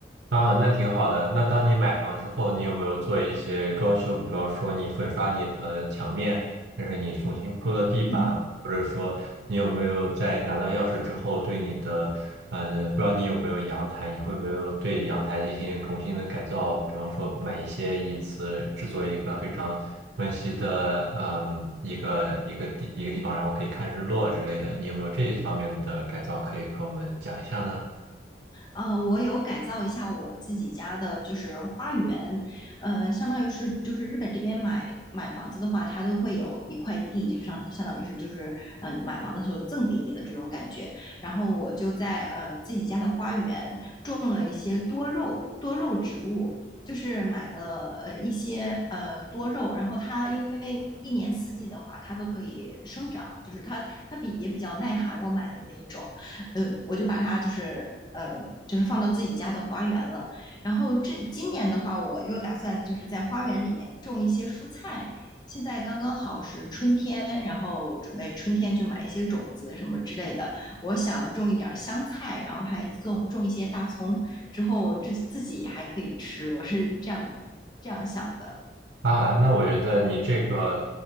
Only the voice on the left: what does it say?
嗯，
呃，我有改造一下我自己家的，就是花园，呃，相当于是就是日本这边买买房子的话，它都会有一块地，就相相当于是就是嗯、呃买房的时候赠给你的这种感觉。然后我就在呃自己家的花园，些多肉多肉植物，就是买的呃一些呃多肉，然后它因为一年四季的话，它都可以生长，就是它它比也比较耐寒。我买的那一种，呃，我就把它就是呃就是放到自己家的花园了。然后这今年的话，我又打算就是在花园里面种一些蔬菜。现在刚刚好是春天，然后准备春天就买一些种子什么之类的。我想种一点儿香菜，然后还种种一些大葱，之后自自己还可以吃，我是这样这样想的。